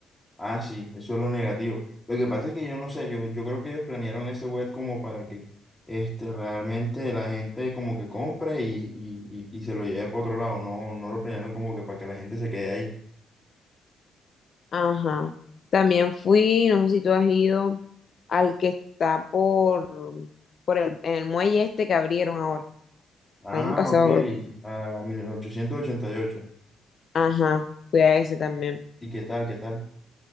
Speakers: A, on the left (about 20°); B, on the left (about 50°).
A: Ah, sí, eso es lo negativo. Lo que pasa es que yo no sé, yo, yo creo que ellos planearon ese web como para que este, realmente la gente como que compre y, y- y- y se lo lleve para otro lado. No, no lo planearon como que para que la gente se quede ahí.
B: Ajá. También fui, no sé si tú has ido al que está por, por el, en el muelle este que abrieron ahora,
A: Ah,
B: el año pasado
A: ok.
B: creo.
A: A 1888. ¿Y ocho.
B: Ajá, fui a ese también.
A: ¿Y qué tal, qué tal?